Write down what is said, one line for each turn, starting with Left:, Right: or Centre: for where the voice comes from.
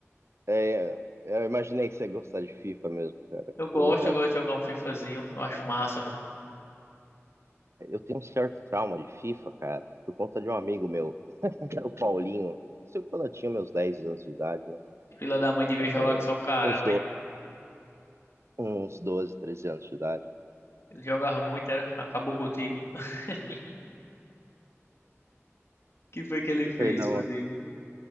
Right: é, eu imaginei que você ia gostar de FIFA mesmo, cara.
Left: Eu gosto,
Right: Eu já,
Left: eu gosto de jogar um FIFAzinho, eu acho massa, mano.
Right: eu tenho um certo trauma de FIFA, cara, por conta de um amigo meu, <laughs> o Paulinho. Isso quando eu tinha meus 10 anos de idade, né?
Left: Filha da mãe devia
Right: é,
Left: jogar que só o caramba,
Right: uns, do,
Left: hein.
Right: uns 12 13 anos de idade.
Left: Ele jogava muito, era, acabou contigo. <laughs> O que foi que ele fez
Right: Perdão.
Left: contigo?